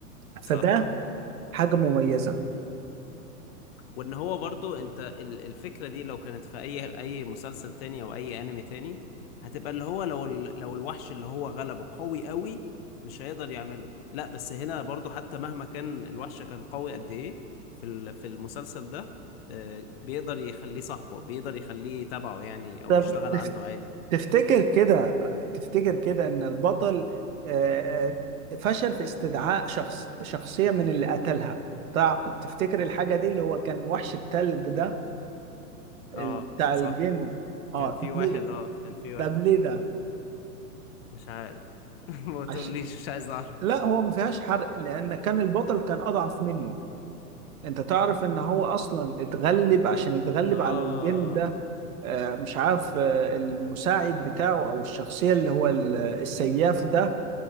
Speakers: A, on the right; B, on the left.
A: فده
B: صح
A: حاجه مميزه
B: وان هو برضو انت ال- الفكرة دي لو كانت في اي اي مسلسل تاني او اي انمي تاني هتبقى اللي هو لو ال- لو الوحش اللي هو غلبه قوي قوي مش هيقدر يعمله لا بس هنا برضو حتى مهما كان الوحش كان قوي قد ايه في ال- في المسلسل ده آه، بيقدر يخليه صاحبه بيقدر يخليه تبعه يعني او
A: طب
B: يشتغل عنده عادي
A: تفتكر كده تفتكر كده ان البطل آه، آه، فشل في استدعاء شخص شخصية من اللي قتلها تع- تفتكر الحاجة دي اللي هو كان وحش التلج ده ال-
B: اه
A: بتاع
B: صح
A: الجن اه
B: كان في
A: طب
B: واحد
A: ليه
B: اه كان في واحد
A: طب ليه ده
B: مش عارف <laughs> ما تقوليش
A: عش...
B: مش عايز اعرف
A: لا هو ما فيهاش حرق لان كان البطل كان اضعف منه انت تعرف ان هو اصلا اتغلب عشان يتغلب
B: اه
A: على الجن ده آه، مش عارف آه، المساعد بتاعه او الشخصية اللي هو ال- السياف ده